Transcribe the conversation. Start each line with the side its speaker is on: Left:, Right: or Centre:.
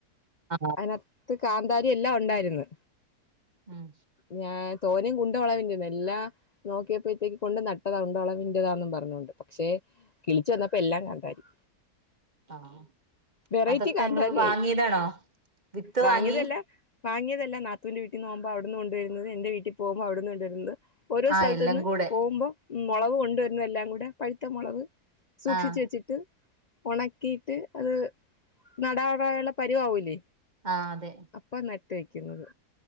Right: ആഹ്
Left: അതിനക ത്ത് കാന്താരി എല്ലാം ഉണ്ടായിരുന്നു
Right: ഉം
Left: ഞാൻ തോനെയും <unintelligible> എല്ലാ നോക്കിയപ്പോഴത്തേക്ക് കൊണ്ട് നട്ടതാ ഉണ്ടോളകെന്റേതാന്ന് പറഞ്ഞോണ്ട് പക്ഷെ കിളിച്ചു വന്നപ്പോ എല്ലാം കന്താരി
Right: ആഹ്
Left: വെറൈറ്റി
Right: അതൊക്കെ
Left: കാന്താരിയായി
Right: നിങ്ങള് വാങ്ങിയതാണോ വിത്ത്
Left: വാങ്ങിയതല്ല
Right: വാങ്ങി
Left: വാങ്ങിയതല്ല നാത്തൂന്റെ വീട്ടന്ന് പൊമ്പോ അവിടുന്ന് കൊണ്ടുവരുന്നത് എന്റെ വീട്ടിൽ പോകുമ്പോ അവിടുന്ന് കൊണ്ടുവരുന്നത് ഓരോ
Right: ആഹ്
Left: സ്ഥലത്തു
Right: എല്ലാം
Left: നിന്ന്
Right: കൂടെ
Left: പോകുമ്പോ മുളവ് കൊണ്ടുവരുന്നതെല്ലാം കൂടെ പഴുത്ത മുളക് സൂക്ഷിച്ചു
Right: ആഹ്
Left: വെച്ചിട്ട് ഉണക്കിയിട്ട് അത് നടാറായാലുള്ള പരുവാവൂല്ലേ
Right: ആ അതെ
Left: അപ്പ നട്ട് വയ്ക്കുന്നത്